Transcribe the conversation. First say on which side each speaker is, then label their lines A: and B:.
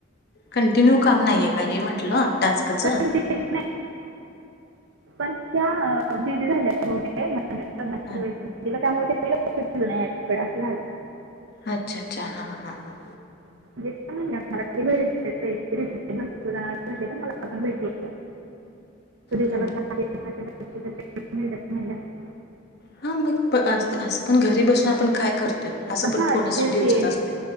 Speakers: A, on the left (about 55°); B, on the right (about 75°).
A: कंटिन्यू काम नाहीये का हे म्हंटलं टास्कचं?
B: कंटिन्यू तिच्या बेबी झालंय गं भवतेक.
A: आ.
B: होयचं की तिझं काम <inaudible> असं झाल.
A: अच्छा अच्छा हा हा हा
B: म्हणजे त्या <inaudible> पैसे भेटले भरपूर जणांना भेटले तर मला पण भेटले. दिवसाला
A: हा
B: सहाशे
A: हा
B: सहाशे सातशे सातशे मिळतात म्हणल्या
A: हा मग अस असं पण घरी बसून आपण काय करतो या असं पण
B: हां
A: फोनच
B: तेच
A: डिवचत
B: ते
A: असतोय.